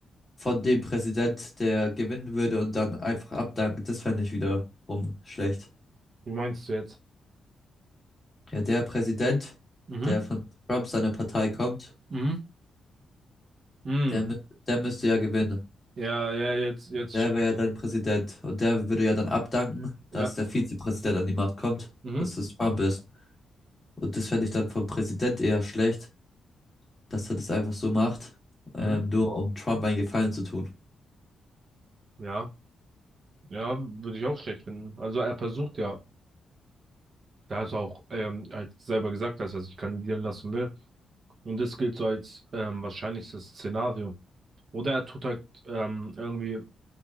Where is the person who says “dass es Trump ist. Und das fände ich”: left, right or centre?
Left